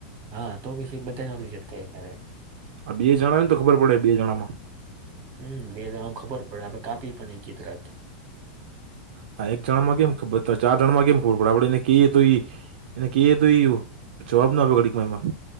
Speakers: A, on the right (about 45°); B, on the right (about 75°).
A: હા તો પછી બધાય નો રીજેક થાય એ કારે
B: આ બે જણા ને તો ખબર પડે બે જણા માં.
A: હમ બે દાળ ખબર પડે <inaudible>
B: હ એક જણા માં કેમ ખબર ત ચાર જણા માં કેમ ખબર પડે આપડે એને કિયે તો ઈ એને કઇએ તો એવુ, જવાબ ના આપે ઘડીકમાં એમાં.